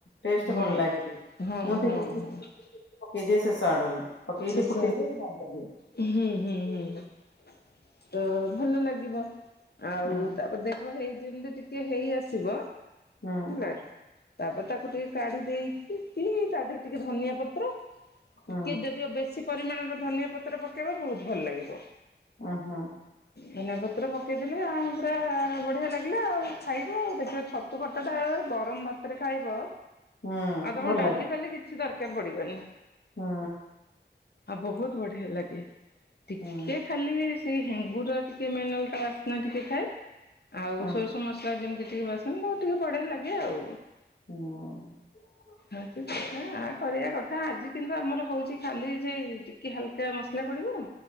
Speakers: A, on the left; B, on the left.
A: ଟେଷ୍ଟ
B: ହଁ
A: ଭଲ ଲାଗେ
B: ହଁ
A: ମୁଁ <unintelligible>
B: ହଁ ହଁ
A: ଶେଷ ଆଡକୁ। ପକେଇକି
B: ଶେଷ
A: ଫୁଟେଇ ଦେବ କଣ କରିବ।
B: ହୁଁ ହୁଁ ହୁଁ ହ। ତ ଭଲ ଲାଗିବ। ଆଉ
A: ହୁଁ
B: ତାପରେ ଦେଖ ହେଇ ଯେମିତି ଟିକେ ହେଇ ଆସିବ
A: ହୁଁ
B: ହେଲା ତାପରେ ତାକୁ ଟିକେ କାଢି ଦେଇକି କି ତା ଦେହରେ ଟିକେ ଧନିଆ ପତ୍ର
A: ହୁଁ
B: ଟିକେ ଯଦିଓ ବେଶୀ ପରିମାଣର ଧନିଆ ପତ୍ର ପକେଇବା ବହୁତ ଭଲ ଲାଗିବ।
A: ଓହୋ!
B: ଧନିଆ ପତ୍ର ପକେଇଦେଲେ ଆଉ ପୁରା ବଢିଆ ଲାଗିଲା ଆଉ ଖାଇବ ଆଉ ଦେଖିବା ଛତୁ ଛତୁ <unintelligible> ଗରମ ଭାତରେ ଖାଇବ
A: ହୁଁ
B: ଆଉ ତମର
A: ଭଲ
B: ଡାଲି ଖାଲେ କିଛି ଦରକାର ପଡିବନି।
A: ହଁ।
B: ଆଉ ବହୁତ ବଢିଆ ଲାଗେ। ଟିକେ
A: ହୁଁ
B: ଖାଲି ସେଇ ହେଙ୍ଗୁ ଟ ଟିକେ ମେଲ ତା ବାସ୍ନା ଟିକେ ଥାଏ ଆଉ
A: ହୁଁ
B: ସୋରିଷ
A: ହୁଁ।
B: ଯେମିତି ଟିକେ ବାସନ୍ତି ଟିକେ ବଢିଆ ଲାଗେ ଆଉ।
A: ହଁ।
B: ଆ କଥା ଆ କରିବା କଥା ଆଜି କିନ୍ତୁ ଆମର ହଉଛି ଖାଲି ସେ ଟିକେ ହାଲକା କେ ମସଲା ପଡିବ-